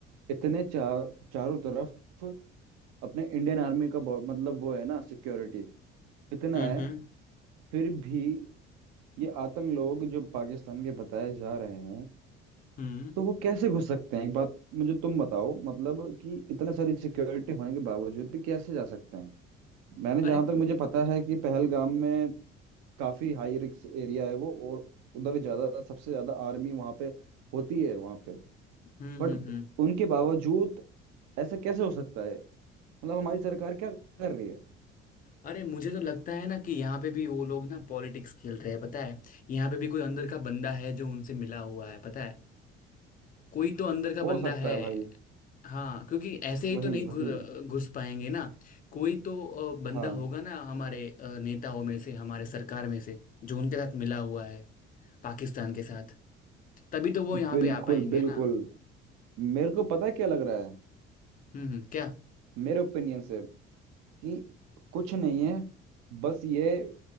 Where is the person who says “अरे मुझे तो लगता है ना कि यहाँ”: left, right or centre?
Left